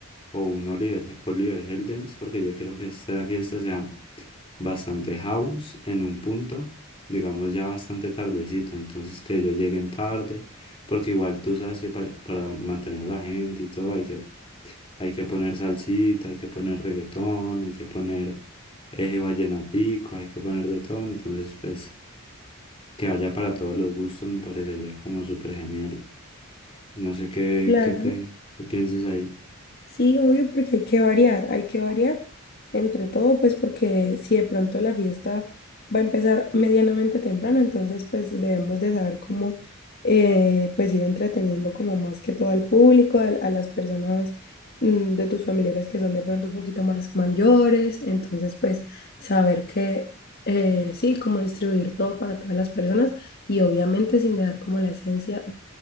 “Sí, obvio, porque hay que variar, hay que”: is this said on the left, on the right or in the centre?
Left